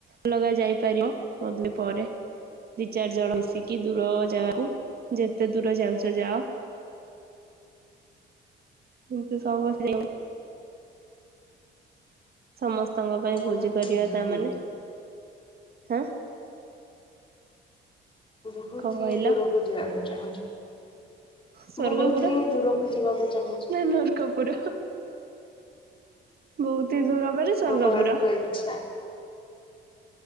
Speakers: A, on the right; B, on the left.
A: ଅଲଗା ଯାଇପାରିବ ବଧ ପରେ ଦି ଚାର ଜଣ ମିଶ। କି ଦୂର ଜାଗାକୁ। ଯେତେ ଦୂର ଯାଉଛ ଯାଅ। ଏନ୍ତ ସଭସ। ସମସ୍ତେ। ପିତାଙ୍କ ପାଇଁ ଭୋଜି
B: ବହୁତ
A: କରିବା
B: ଦୂର
A: ତାମାନୋନେ। ହାଁ।
B: ବହୁତ
A: କଣ
B: ହିଁ
A: କହିଲ
B: ଦୂରକୁ ଯିବାକୁ। ଯା ହ <inaudible>
A: ସ୍ଵର୍ଗପୁର
B: ବହୁତ ହିଁ ଦୂରକୁ ଯିବାକୁ ଚାହୁଁଛୁ।
A: ନା ନର୍କପୁର ବହୁତ। ଦର ମ ସଵର୍ଗପୁରା
B: ଭଗବାନଙ୍କ ଇଚ୍ଛା
A: <inaudible>